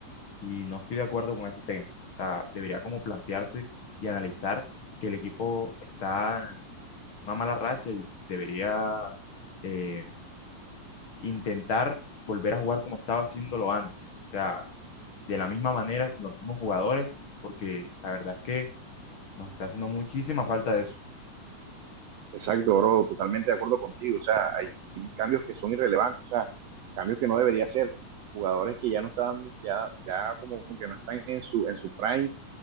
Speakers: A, on the left (about 45°); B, on the right (about 75°).
A: Y no estoy de acuerdo con ese técnico. O sea, debería como plantearse y analizar que el equipo está en una mala racha y debería eh, intentar volver a jugar como estaba haciéndolo antes. O sea, de la misma manera con los mismos jugadores, porque la verdad es que nos está haciendo muchísima falta eso.
B: Exacto, bro. Totalmente de acuerdo contigo. O sea, hay, hay cambios que son irrelevantes, o sea, cambios que no debería hacer. Jugadores que ya no están, ya, ya como que no están en su, en su prime